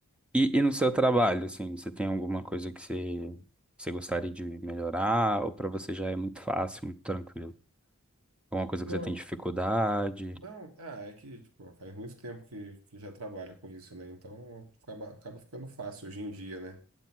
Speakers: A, in the centre; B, on the right (about 65°).
A: E, e no seu trabalho, assim, você tem alguma coisa que você, que você gostaria de melhorar ou para você já é muito fácil, muito tranquilo? Alguma coisa
B: Não,
A: que você tem dificuldade?
B: não, ah, é que, tipo, faz muito tempo que, que já trabalho com isso, né? Então acaba, acaba ficando fácil hoje em dia, né?